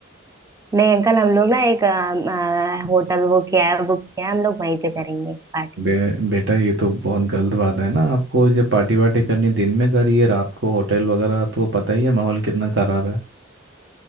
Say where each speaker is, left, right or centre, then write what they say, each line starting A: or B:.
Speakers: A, on the right; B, on the right.
A: नहीं अंकल हम लोग ना एक होटल वो किया है बुक किया है हम लोग वहीं पे करेंगे पार्टी
B: बे, बेटा ये तो बहुत गलत बात है ना आपको जब पार्टी वार्टी करनी दिन में करिए रात को होटल वगैरह तो पता ही है माहौल कितना खराब है